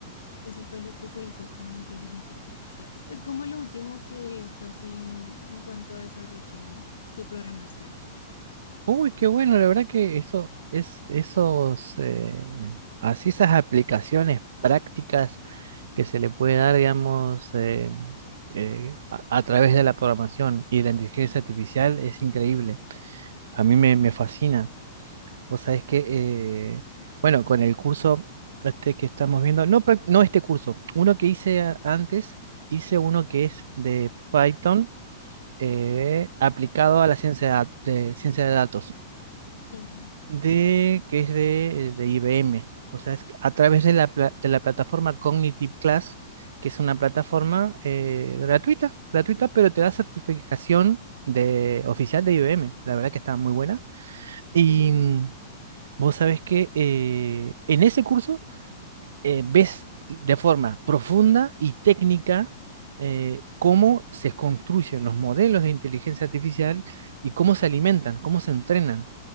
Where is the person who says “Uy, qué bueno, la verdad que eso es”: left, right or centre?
Right